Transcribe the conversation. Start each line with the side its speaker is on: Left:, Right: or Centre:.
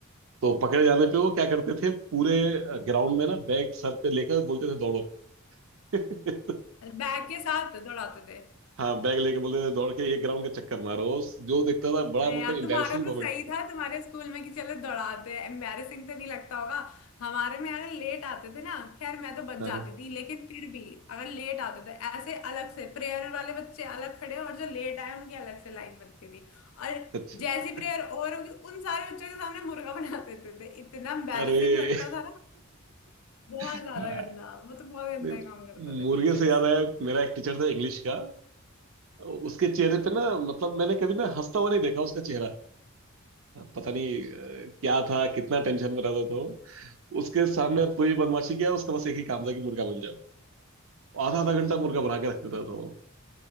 Right: तो पकड़े जाने पे वो क्या करते थे पूरे ग्राउंड में ना बैग सर पे लेकर बोलते थे दौड़ो <laughs>
Left: बैग के साथ दौड़ाते थे
Right: हाँ बैग लेके बोलते थे दौड़ के ये ग्राउंड का चक्कर मारो वो जो देखता था बड़ा
Left: अरे
Right: मतलब
Left: यार
Right: एम्बेरसिंग
Left: तुम्हारा तो
Right: मोमेंट
Left: सही
Right: होती
Left: था
Right: थी
Left: तुम्हारे स्कूल में कि चलो दौड़ाते हैं एम्बैरेसिंग तो नहीं लगता होगा हमारे में अगर लेट आते थे ना खैर मैं तो बच
Right: हाँ,
Left: जाती
Right: हाँ,
Left: थी लेकिन फिर भी अगर लेट आते थे ऐसे अलग से प्रेयर वाले बच्चे अलग खड़े और जो लेट आए उनकी अलग से लाइन बनती थी और
Right: अच्छा
Left: जैसी प्रेयर और होगी उन सारे बच्चों के सामने मुर्गा बना देते थे इतना एम्बैरेसिंग
Right: अरे
Left: लगता था ना बहुत
Right: हाँ,
Left: ज्यादा गंदा वो तो बहुत गंदा
Right: नहीं,
Left: काम करते थे
Right: मुर्गे
Left: टीचर्स
Right: से याद आया मेरा एक टीचर था इंग्लिश का उसके चेहरे पे ना मतलब मैंने कभी ना हंसता हुआ नहीं देखा उसका चेहरा पता नहीं अ, क्या था कितना टेंशन में रहता था वो। उसके सामने अगर कोई भी बदमाशी किया उसका बस एक ही काम था कि मुर्गा बन जाओ आधा आधा घंटा मुर्गा बना के रख देता था वो